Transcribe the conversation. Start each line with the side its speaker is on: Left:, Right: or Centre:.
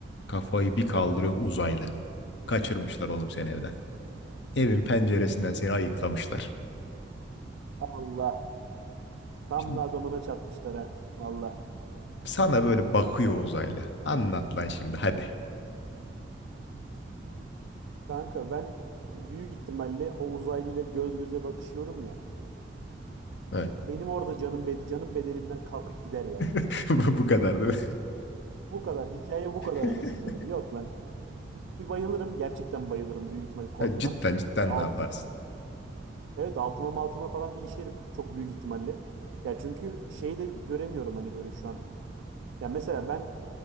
Left: Kafayı bir kaldırıyorsun
Right: Evet.
Left: uzaylı. Kaçırmışlar oğlum seni evden. Evin penceresinden seni ayıklamışlar.
Right: Allah. Tam
Left: Şimdi
Right: da adamına çatmışlar ha. Valla.
Left: sana böyle bakıyor uzaylı. Anlat lan şimdi hadi.
Right: Kanka ben büyük ihtimalle o uzaylıyla göz göze bakışıyorum ya.
Left: Evet.
Right: Benim orada canım be- canım bedenimden kalkıp gider ya.
Left: <laughs> Bu bu kadar değil
Right: Bu kadar. Hikaye bu kadar
Left: mi?
Right: anasını
Left: <laughs>
Right: satayım. Yok lan. İlk bir bayılırım. Gerçekten bayılırım büyük ihtimal korkudan.
Left: Ya Cidden cidden
Right: Alt,
Left: ne yaparsın?
Right: evet altıma maltıma falan bir işerim. Çok büyük ihtimalle. Ya çünkü şeyi de göremiyorum hani böyle şu an. Ya mesela ben